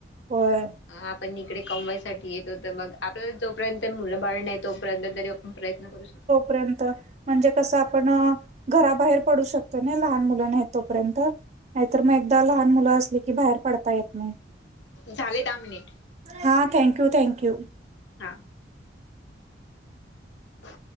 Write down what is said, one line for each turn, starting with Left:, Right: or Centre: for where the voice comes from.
Right: होय.
Left: आपण इकडे कमवायसाठी येतो तर मग आपल्या जोपर्यंत मुलं बाळ नाही तोपर्यंत तरी आपण प्रयत्न करू शकतो.
Right: पर्यंत म्हणजे कसं आपण घराबाहेर पडू शकतो ना लहान मुलां आहेत तोपर्यंत नाहीतर मग एकदा लहान मुलं असली की बाहेर पडता येत नाही.
Left: झाले दहा मिनिट.
Right: हा थँक्यू थँक्यू
Left: हा. ह